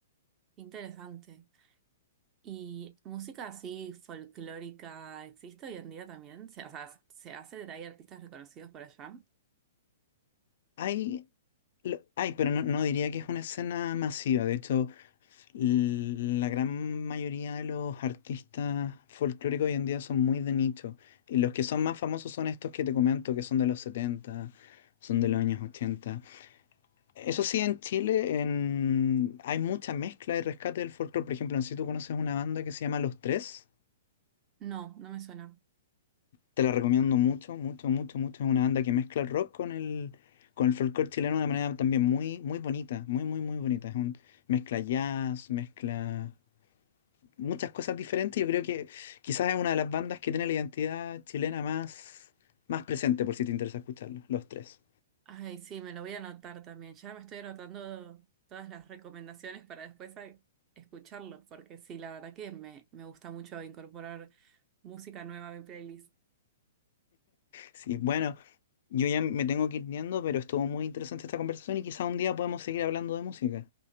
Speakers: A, on the right; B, on the left.
A: Interesante. ¿Y música así folclórica existe hoy en día también? Se- O sea, ¿se hace? ¿Hay artistas reconocidos por allá?
B: Hay, lo- hay, pero no, no diría que es una escena masiva. De hecho, l- la gran mayoría de los artistas folclóricos hoy en día son muy de nicho. Y los que son más famosos son estos que te comento, que son de los 70, son de los años 80. Eso sí, en Chile en- hay mucha mezcla y rescate del folclore. Por ejemplo, no sé si tú conoces una banda que se llama Los Tres.
A: No, no me suena.
B: Te la recomiendo mucho, mucho, mucho, mucho. Es una banda que mezcla el rock con el, con el folclore chileno de manera también muy, muy bonita, muy, muy, muy bonita. Es un mezcla jazz, mezcla muchas cosas diferentes. Yo creo que quizás es una de las bandas que tiene la identidad chilena más, más presente, por si te interesa escucharlo, los tres.
A: Ay, sí, me lo voy a anotar también. Ya me estoy anotando todas las recomendaciones para después a- escucharlos, porque sí, la verdad que me, me gusta mucho incorporar música nueva a mi playlist.
B: Sí, bueno, yo ya me tengo que ir yendo, pero estuvo muy interesante esta conversación y quizás un día podemos seguir hablando de música.